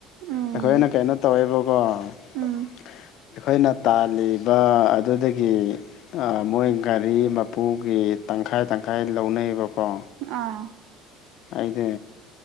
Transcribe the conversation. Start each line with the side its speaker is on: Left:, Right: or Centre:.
Right: ꯎꯝ
Left: ꯑꯩꯈꯣꯏꯅ ꯀꯩꯅꯣ ꯇꯧꯋꯦꯕꯀꯣ ꯑꯩꯈꯣꯏꯅ
Right: ꯎꯝ
Left: ꯇꯥꯜꯂꯤꯕ ꯑꯗꯨꯗꯒꯤ ꯃꯣꯏ ꯒꯥꯔꯤ ꯃꯄꯨꯒꯤ ꯇꯪꯈꯥꯏ ꯇꯪꯈꯥꯏ ꯂꯧꯅꯩꯑꯕꯀꯣ
Right: ꯑꯥ
Left: ꯑꯩꯗꯤ